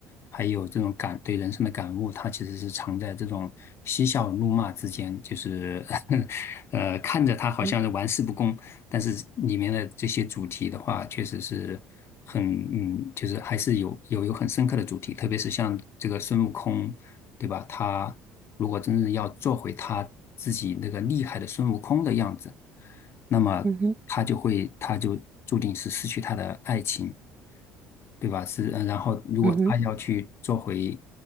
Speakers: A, on the left; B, on the right.
A: 还有这种感对人生的感悟，他其实是藏在这种嬉笑怒骂之间，就是 <laughs> 呃，看着他好像是玩世不恭，
B: 嗯
A: 但是里面的这些主题的话，确实是很嗯，就是还是有有有很深刻的主题，特别是像这个孙悟空，对吧？他如果真正要做回他自己那个厉害的孙悟空的样子，那么他就会他就注定是失去他的爱情。
B: 嗯哼，
A: 对吧？是，呃然后如果他要去做回
B: 嗯哼，